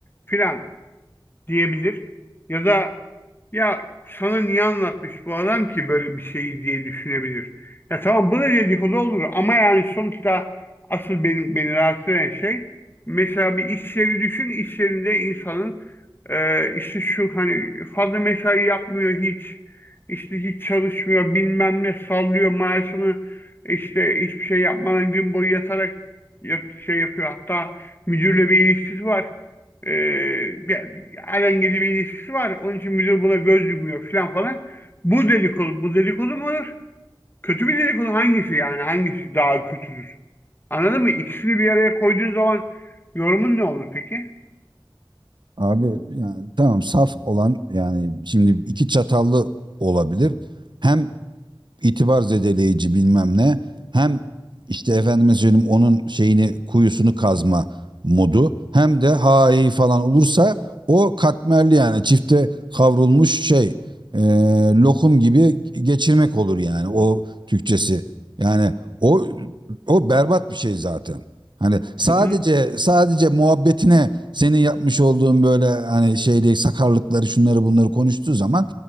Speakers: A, on the left (about 25°); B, on the right (about 60°).
A: filan diyebilir. Ya da ya sana niye anlatmış bu adam ki böyle bir şeyi diye düşünebilir. Ya tamam bu da dedikodu olur ama yani sonuçta asıl benim, beni rahatsız eden şey mesela bir iş yeri düşün iş yerinde insanın e, işte şu hani fazla mesai yapmıyor hiç işte hiç çalışmıyor bilmem ne sallıyor maaşını işte hiçbir şey yapmadan gün boyu yatarak yat- şey yapıyor hatta müdürle bir ilişkisi var. Ee, bir, alengili bir ilişkisi var. Onun için müdür buna göz yumuyor falan falan. Bu dedikodu, bu dedikodu mu olur? Kötü bir dedikodu hangisi yani? Hangisi daha kötüdür? Anladın mı? İkisini bir araya koyduğun zaman yorumun ne olur peki?
B: Abi yani tamam saf olan yani şimdi iki çatallı olabilir. Hem itibar zedeleyici bilmem ne. Hem işte efendime söyleyeyim onun şeyini kuyusunu kazma modu hem de hahi falan olursa o katmerli yani çifte kavrulmuş şey e, lokum gibi geçirmek olur yani o Türkçesi. Yani o o berbat bir şey zaten. Hani sadece
A: Hı hı,
B: sadece muhabbetine senin yapmış olduğun böyle hani şey değil sakarlıkları şunları bunları konuştuğu zaman